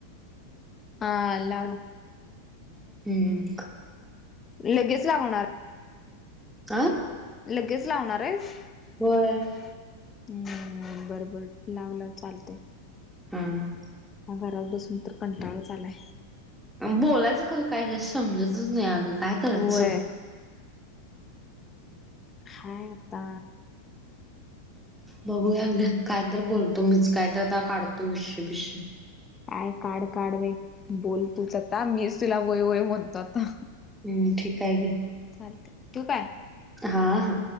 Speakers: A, on the left; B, in the centre.
A: हा लावा
B: हम
A: लगेच लावणार
B: आ
A: लगेच लावणार आहेस?
B: व्हय
A: हम्म, बर-बर, लाव -लाव, चालतय
B: हम्म
A: घरात बसून तर, कंटाळाच आलाय
B: बोलायचं खरं काय, हे समजतच नाही, अगं काय करायचं?
A: होय हाय आता
B: बघू या, कायत बोलतो मीच, काय त आता काढतो विश बिश
A: काय काड -काड बाई, बोल तूचआता, मीच तूला व्हय -व्हय, म्हणतो आता
B: हम्म ठीक आहे की
A: चालतय, ठीव काय?
B: हा, हा